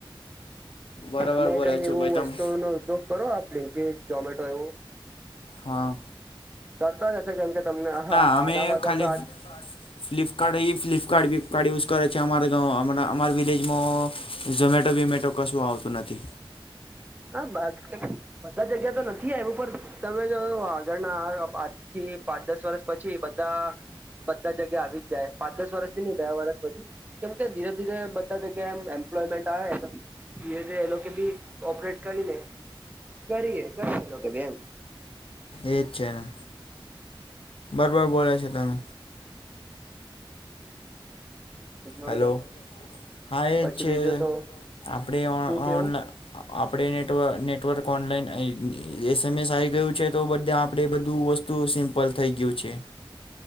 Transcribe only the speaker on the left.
બરોબર
બોલે
છે
ભાઈ
તમે
હા
ના
અમે
ખાલી
ફ્લિપકાર્ટ એ ફ્લિપકાર્ટ વ્લિપકાર્ટ યુઝ કરે છે અમા ગંવ અમારા વિલેજમાં ઝોમેટો વોમેટો કશું આવતું નથી.
એ જ છે, ને બરાબર બોલે છે તમે.
હેલો હા એ
જ છે,
આપણે ઓ
ઓનલા આપણે નેટવ નેટવર્ક ઓનલાઈન એસ-એમ-એસ આ આવી ગયું છે તો બધા આપણે બધું વસ્તુ સુ સિમ્પલ થઈ ગયું છે.